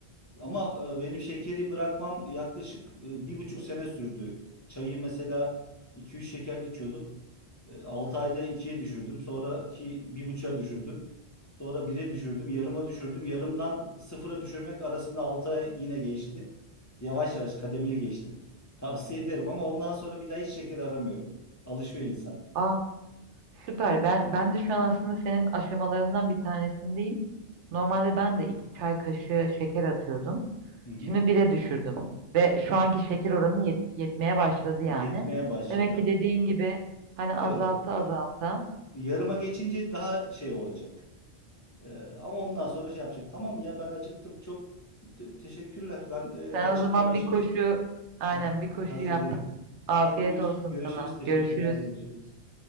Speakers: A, on the left; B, on the right.
A: Ama e, benim şekeri bırakmam yaklaşık e, bir buçuk sene sürdü. Çayı mesela iki üç şekerli içiyordum. 6 ayda ikiye düşürdüm. Sonraki 1,5'a düşürdüm. Sonra bir'e düşürdüm. Yarıma düşürdüm. Yarımdan sıfıra düşürmek arasında 6 ay yine geçti. Yavaş yavaş kademeli geçtim. <laughs> Tavsiye ederim ama ondan sonra bir daha hiç şeker aramıyorum. Alışıyor insan.
B: Aa, süper. Ben ben de şu an aslında senin aşamalarından bir tanesindeyim. Normalde ben de iki çay kaşığı şeker atıyordum.
A: Hı hı.
B: Şimdi bire düşürdüm ve şu anki şeker oranı yet- yetmeye başladı yani.
A: Yetmeye başladı.
B: Demek ki dediğin gibi hani azalta
A: Evet.
B: azalta.
A: Yarıma geçince daha şey olacak. Ee, ama ondan sonra şey yapacak. Tamam ya ben acıktım. Çok te- teşekkürler. Ben e,
B: Sen
A: kaçayım
B: o zaman
A: yavaş
B: bir
A: yavaş.
B: koşu aynen
A: Aha,
B: bir koşu
A: hazırlayayım.
B: yap. Afiyet
A: Hadi görüş
B: olsun
A: görüşürüz.
B: sana.
A: Teşekkürler.
B: Görüşürüz.
A: Görüşürüz.